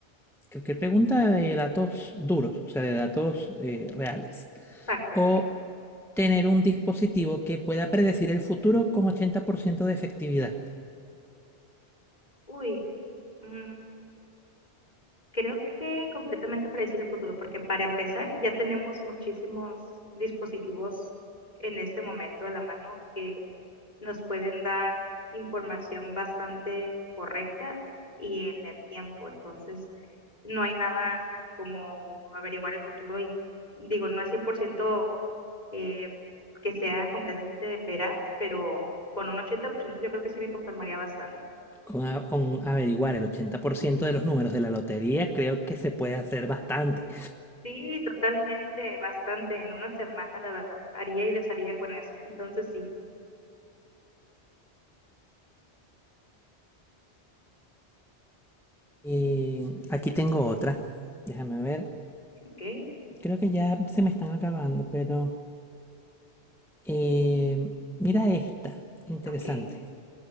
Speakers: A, in the centre; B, on the left.
A: Creo que pregunta de datos duros, o sea, de datos eh, reales.
B: Factos,
A: O
B: ok.
A: tener un dispositivo que pueda predecir el futuro con 80% de efectividad.
B: Uy, mm, creo que completamente predecir el futuro, porque para empezar ya tenemos muchísimos dispositivos en este momento a la mano que nos pueden dar información bastante correcta y en el tiempo. Entonces, no hay nada como averiguar el futuro y digo, no es 100% eh, que sea completamente veraz, pero con un 80% yo creo que sí me conformaría bastante.
A: Con, a- con averiguar el 80% de los números de la lotería, creo que se puede hacer bastante.
B: Sí, totalmente, bastante. En una semana, la verdad, haría y desharía con eso. Entonces, sí,
A: Y aquí tengo otra. Déjame ver.
B: ok,
A: Creo que ya se me están acabando, pero eh, mira esta. Interesante.
B: ok.